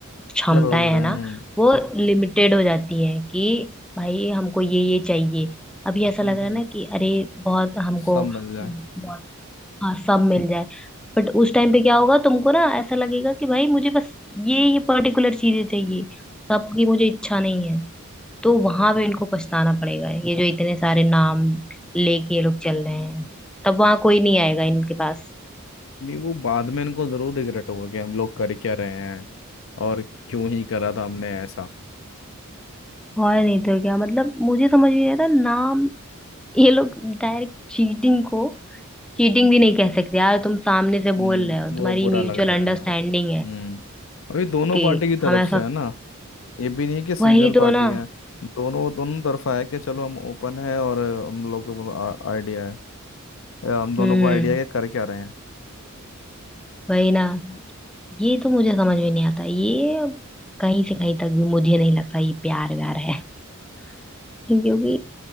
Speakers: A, in the centre; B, on the left.
A: क्षमताएं
B: क्या बोल रहे
A: है ना
B: हैं
A: वो लिमिटेड हो जाती है कि भाई हमको ये ये चाहिए अभी ऐसा
B: हम्म,
A: लग रहा है ना कि अरे बहुत हमको
B: सब मिल जाए
A: बहुत हाँ, सब मिल जाए बट उस टाइम पे क्या होगा तुमको ना ऐसा लगेगा कि भाई मुझे बस ये ये पर्टिकुलर चीजें चाहिए सबकी मुझे इच्छा नहीं है तो वहां पे इनको पछताना पड़ेगा ये जो इतने सारे नाम लेके ये लोग चल रहे हैं तब वहां कोई नहीं आएगा इनके पास
B: नहीं वो बाद में इनको जरूर रिग्रेट होगा कि हम लोग कर क्या रहे हैं और क्यों ही करा था हमने ऐसा
A: और नहीं तो क्या मतलब मुझे समझ में नहीं आता नाम ये लोग डायरेक्ट चीटिंग को चीटिंग भी नहीं कह सकते यार तुम सामने से
B: हम्म
A: बोल रहे हो तुम्हारी
B: वो बुरा
A: म्यूचुअल
B: लग जाएगा
A: अंडरस्टैंडिंग है
B: हम्म और ये दोनों
A: कि
B: पार्टी की तरफ
A: हम ऐसा
B: से है ना ये भी नहीं है कि सिंगल
A: वही
B: पार्टी
A: तो ना
B: है दोनों दोनों तरफा है कि चलो हम ओपन है और अ, हम लोग को आइडिया है या हम दोनों
A: हम्म
B: को आइडिया है कि कर क्या रहे हैं
A: वही ना ये तो मुझे समझ में नहीं आता ये कहीं से कहीं तक भी मुझे नहीं लगता ये प्यार व्यार है <laughs> क्योंकि